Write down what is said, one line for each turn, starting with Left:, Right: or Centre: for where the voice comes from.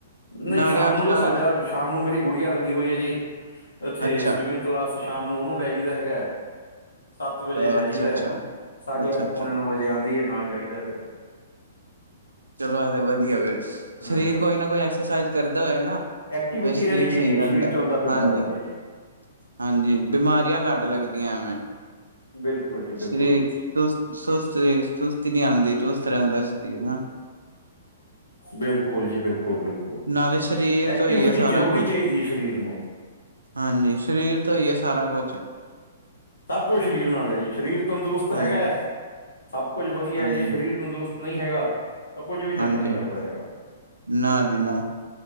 Left: ਨਹੀਂ
Right: ਨਾਲੇ
Left: ਸ਼ਾਮ
Right: ਅੱਜ-ਕੱਲ
Left: ਨੂੰ ਤਾਂ ਸਾਡਾ, ਸ਼ਾਮ ਨੂੰ ਮੇਰੀ ਗੁੜੀਆ ਲੱਗੀ ਹੋਈ ਹੈ ਜੀ, ਇੱਥੇ
Right: ਅੱਛਾ-ਅੱਛਾ,
Left: ਸਵੀਮਿੰਗ ਕਲਾਸ ਸ਼ਾਮ ਨੂੰ ਉਹਨੂੰ ਲੈ ਜ ਹੈਗਾ, ਸੱਤ ਵਜੇ ਲੈ
Right: ਅੱਛਾ-ਅੱਛਾ,
Left: ਜਾਈਦਾ, ਸਾਢੇ
Right: ਅੱਛਾ-ਅੱਛਾ
Left: ਅੱਠ, ਪੌਣੇ ਨੌ ਵਜੇ ਆਉਂਦੀ ਹੈ ਨਾਲ ਜਾਈਦਾ ਫਿਰ
Right: ਚਲੋ ਐ ਵਧੀਆ ਵੀ,
Left: ਹਾਂ
Right: ਸਰੀਰ ਕੋਈ ਨਾ ਕੋਈ ਐਕਸਰਸਾਈਜ਼ ਕਰਦਾ ਹੋਏ ਨਾ
Left: ਐਕਟੀਵਿਟੀ
Right: ਫਿਰ ਸਰੀਰ
Left: ਰਹਿਣੀ ਚਾਹੀਦੀ
Right: ਸਹੀ
Left: ਹੈ
Right: ਰਹਿੰਦਾ,
Left: ਸਰੀਰ ਚਲਦਾ ਫਿਰਦਾ
Right: ਹਾਂਜੀ
Left: ਰਹਿੰਦਾ ਜੀ
Right: ਹਾਂਜੀ, ਬਿਮਾਰੀਆਂ ਘੱਟ ਲੱਗਦੀਆਂ ਐਵੇਂ।
Left: ਬਿਲਕੁਲ ਜੀ ਬਿਲਕੁਲ
Right: ਸ਼੍ਰੀਰ
Left: ਵੀਰ ਜੀ
Right: ਤੁਸਤ। ਸੁਸਤ, ਸੁਸਤੀ ਨਹੀਂ ਆਉਂਦੀ, ਚੁਸਤ ਰਹਿੰਦਾ ਸਰੀਰ ਹਨਾ।
Left: ਬਿਲਕੁਲ ਜੀ ਬਿਲਕੁਲ- ਬਿਲਕੁਲ।
Right: ਨਾਲੇ ਸਰੀਰ
Left: ਐਕਟੀਵਿਟੀ
Right: ਤੋਂ ਹੀ ਹੈ ਸਾਰਾ
Left: ਜ਼ਰੂਰੀ
Right: ਕੁਛ
Left: ਚਾਹੀਦੀ ਹੈ ਸਰੀਰ ਨੂੰ।
Right: ਹਾਂਜੀ, ਸਰੀਰ ਤੋਂ ਹੀ ਹੈ ਸਾਰਾ ਕੁਛ।
Left: ਸਭ ਕੁੱਝ ਸਰੀਰ ਨਾਲ ਹੈ ਜੀ, ਸਰੀਰ ਤੰਦਰੁਸਤ
Right: ਹਾਂਜੀ
Left: ਹੈਗਾ ਹੈ, ਸਭ ਕੁੱਝ ਵਧੀਆ
Right: ਹਾਂਜੀ
Left: ਹੈ ਜੀ ਸਰੀਰ ਤੰਦਰੁਸਤ। ਨਹੀਂ ਹੈਗਾ, ਤਾਂ ਕੁੱਝ ਵੀ ਚੰਗਾ
Right: ਹਾਂਜੀ
Left: ਨਹੀਂ ਲੱਗਦਾ
Right: ਹਾਂਜੀ
Left: ਹੈਗਾ।
Right: ਨਾ ਜੀ ਨਾ।